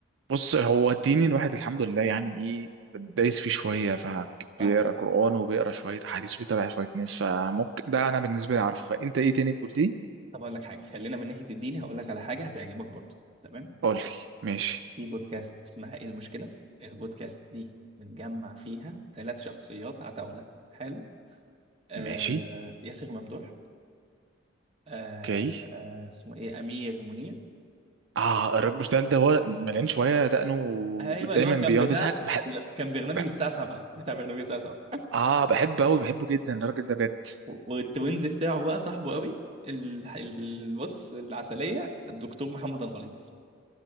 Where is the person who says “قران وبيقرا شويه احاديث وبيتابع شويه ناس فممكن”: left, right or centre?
Right